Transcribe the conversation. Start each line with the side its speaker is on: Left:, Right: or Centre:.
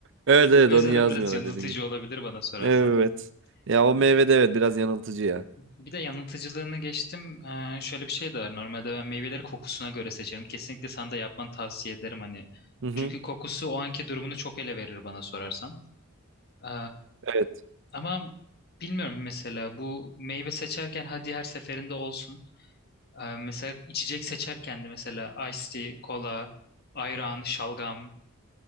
Right: Evet evet
Left: O yüzden
Right: onu yazmıyorlar
Left: o biraz yanıltıcı
Right: dediğim gibi.
Left: olabilir bana sorarsan.
Right: Evet. Ya o
Left: Bir
Right: meyve
Left: de,
Right: de evet biraz yanıltıcı ya.
Left: bir de yanıltıcılığını geçtim. Ee, şöyle bir şey de var. Normalde ben meyveleri kokusuna göre seçerim. Kesinlikle sana da yapmanı tavsiye ederim hani.
Right: Hı hı.
Left: Çünkü kokusu o anki durumunu çok ele verir bana sorarsan. Ee,
Right: Evet.
Left: ama bilmiyorum mesela bu meyve seçerken hadi her seferinde olsun. Ee, mesela içecek seçerken de mesela iced tea, kola, ayran, şalgam.